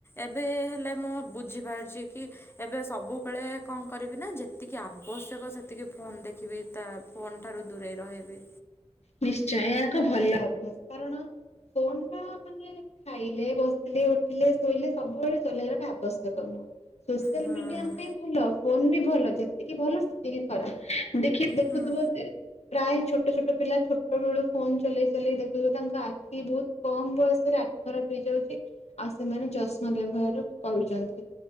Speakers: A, on the left; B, on the left.
A: ଏବେ ହେଲେ ମୁଁ ବୁଝିପାରୁଚି କି ଏବେ ସବୁବେଳେ କଣ କରିବି ନା ଯେତିକି ଆବଶ୍ୟକ ସେତିକି ଫୋନ୍ ଦେଖିବି ତା ଫୋନ୍ ଠାରୁ ଦୂରେଇ ରହିବି।
B: ନିଶ୍ଚୟ ଏହା ଏକ ଭଲ ଅଭ୍ୟାସ କାରଣ ଫୋନ ଟା ମାନେ ଖାଇଲେ ବସିଲେ ଉଠିଲେ ଶୋଇଲେ ସବୁବେଳେ ଚଲେଇବା ଟା ଆବଶ୍ୟକ ନୁହଁ। ସୋସିଆଲ
A: ହୁଁ
B: ମିଡିଆ ଆମ୍ ପାଇଁ ଭଲ ଫୋନ ବି ଭଲ ଯେତିକି ଭଲ ସେତିକି ଖ ଦେଖି ଦେଖୁଥିବ
A: ହୁଁ
B: ଯେ ପ୍ରାୟେ ଛୋଟ ଛୋଟ ପିଲା ଛୋଟ ବେଳୁ ଫୋନ ଚଲେଇ ଚଲେଇ ଦେ ଖିବ ତାଙ୍କ ଆଖି ବୋହୁତ କମ୍ ବୟସରେ ଆଖି ଖରାପ ହେଇଯାଉଚି। ଆଉ ସେମାନେ ଚଷମା ବ୍ୟବହାର କରୁଚନ୍ତି